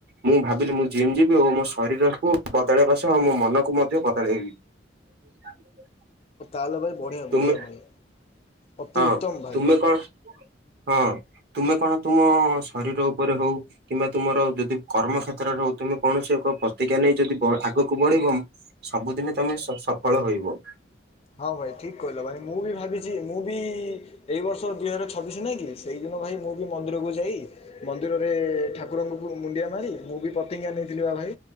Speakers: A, on the right; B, on the left.
A: ମୁଁ ଭାବିଲି ମୁଁ ଜିମ୍ ଯିବି ଓ ମୋ ଶରୀରକୁ ବଦଳେଇବା ସହ ମୋ ମନକୁ ମଧ୍ୟ ବଦଳେଇବି। <inaudible>
B: ତାହେଲେ ଭାଇ ବଢିଆ
A: ତୁମେ
B: ବଢିଆ ଭାଇ। ଅତି
A: ହଁ
B: ଉତ୍ତମ ଭାଇ।
A: ତୁମେ କଣ ହଁ ତୁମେ କଣ ତୁମ ଶରୀର ଉପରେ ହଉ କିମ୍ବା ତୁମର ଯଦି କର୍ମ କ୍ଷେତ୍ରରେ ତୁମେ କୌଣସି ଏକ ପ୍ରତିଜ୍ଞା ନେଇ ଯଦି ଆଗକୁ ବଢିବ ସବୁଦିନେ ତମେ ସଫଳ ରହିବ।
B: ହଁ ଭାଇ ଠିକ କହିଲ ଭାଇ ମୁଁ ବି ଭାବିଛି ମୁଁ ମୁଁ ବି ଏଇ ବର୍ଷ ଦୁଇ ହଜାର ଛବିଶ ନାଇଁ କି ସେଇ ଦିନ ଭାଇ ମୁଁ ବି ମନ୍ଦିରକୁ ଯାଇ ମନ୍ଦିରରେ ଠାକୁରଙ୍କୁ ମୁଣ୍ଡିଆ ମାରି ମୁଁ ବି ପତିଙ୍ଗା ନେଇଥିଲି ବା ଭାଇ।